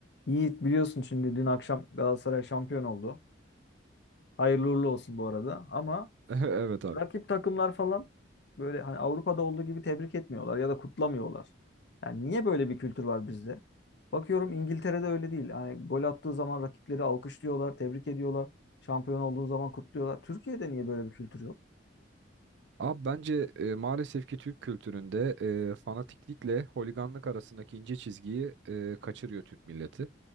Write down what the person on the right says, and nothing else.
<laughs> Evet abi.
Abi bence e, maalesef ki Türk kültüründe e, fanatiklikle holiganlık arasındaki ince çizgiyi e, kaçırıyor Türk milleti.